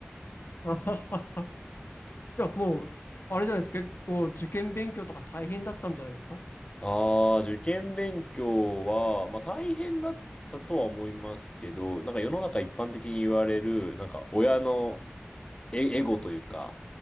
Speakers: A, on the left; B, on the left.
A: あは <laughs> じゃあもう、あれじゃないですか、結構受験勉強とか大変だったんじゃないですか
B: ああ、受験勉強は、まあ大変だったとは思いますけど、なんか世の中一般的に言われる、なんか親のエ、エゴというか、